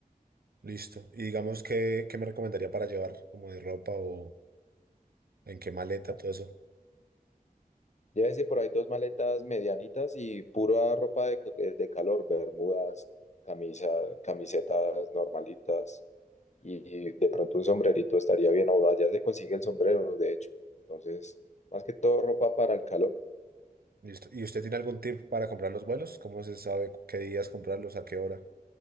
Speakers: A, on the right; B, on the left.
A: Listo. Y digamos, ¿qué, qué me recomendaría para llevar como de ropa o en qué maleta,
B: ¿no?
A: todo eso?
B: Llévese por ahí dos maletas medianitas y pura ropa de, ca- de calor, bermudas, camisa, camisetas normalitas y de pronto un sombrerito estaría bien, o allá se consigue el sombrero, de hecho. Entonces, más que todo ropa para el calor.
A: Listo. ¿Y usted tiene algún tip para comprar los vuelos? ¿Cómo se sabe qué días comprarlos, a qué hora?